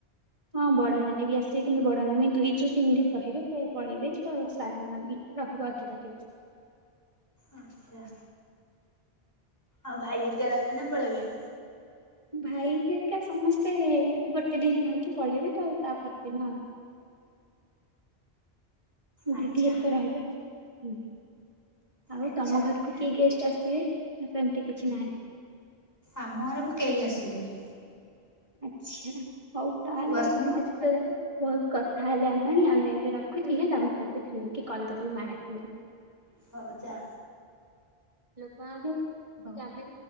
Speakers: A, on the right; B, on the left.
A: ହଁ ବଡ ନାନୀ ବି ଆସିବେ କିନ୍ତୁ ବଡ ନାନୀ ଦୁଇ ରୁ ତିନି ଦିନ ରହିବେ ସେ ପଳେଇବେ ତ ସାନ ନାନୀ ରହିବ ଅଧିକ ଦିନ।
B: ଆଚ୍ଛା। ଆଉ ଭାଇ ହେରିକା ରହିବେ ନା ପଳେଇବେ।
A: ଭାଇ ହେରିକା ସମସ୍ତେ ଗୋଟେ ଦିନ ରହିକି ପଳେଇବେ ତ ତାପଦିନ।
B: ଆଚ୍ଛା
A: ଦିଦି ହେରୀକା ରହିବେ। ହୁଁ। ଆଉ
B: ଆଚ୍ଛା
A: ତମ ଘରକୁ
B: ଆଚ୍ଛା
A: କିଏ ଗେଷ୍ଟ ଆସ। କିଏ ସେମିତି କିଛି ନାହିଁ।
B: ଆମ ଘରକୁ କେହି ଆସୁବେନି।
A: ଆଛା। ହଉ ତାହେଲେ
B: ତୁ ଆସୁନୁ।
A: ଆଯି। ବହୁତ କଥା ହେଲେ ଆମଣି ଆମେ ଏବେ ରଖୁଛ ହେଲା। ତତେ ଫ୍ରି ହେଇକି କଲ୍ କରିବି ମା ଡାକିଲେ।
B: ହଉ ଯା।
A: ଲୋକ ଜମିଲ।